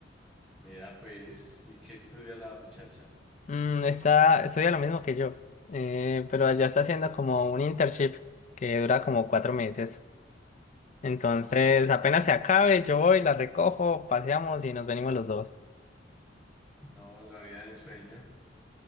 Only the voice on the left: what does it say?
Mm, está, estudia lo mismo que yo, eh, pero allá está haciendo como un internship que dura como cuatro meses. Entonces,
apenas se acabe, yo voy, la recojo, paseamos y nos venimos los dos.